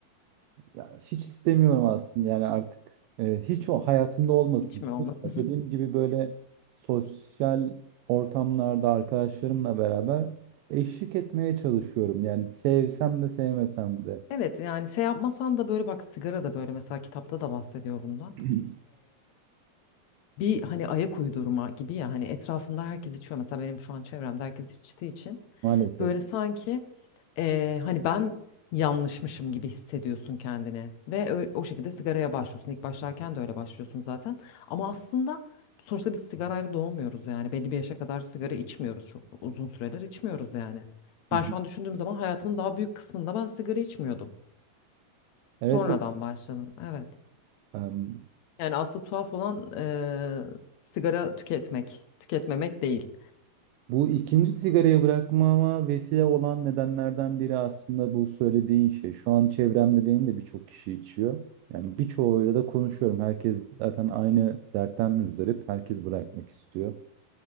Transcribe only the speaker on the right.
Ya hiç istemiyorum aslında yani artık e, hiç o hayatımda olmasın
istiyorum.
Dediğim
gibi böyle sosyal ortamlarda arkadaşlarımla beraber eşlik etmeye çalışıyorum. Yani sevsem de sevmesem de
<clears throat>
maalesef.
Hı hı.
Evet
öyle.
Bu ikinci sigarayı bırakmama vesile olan nedenlerden biri aslında bu söylediğin şey. Şu an çevremde benim de birçok kişi içiyor. Yani birçoğuyla da konuşuyorum. Herkes zaten aynı dertten müzdarip. Herkes bırakmak istiyor.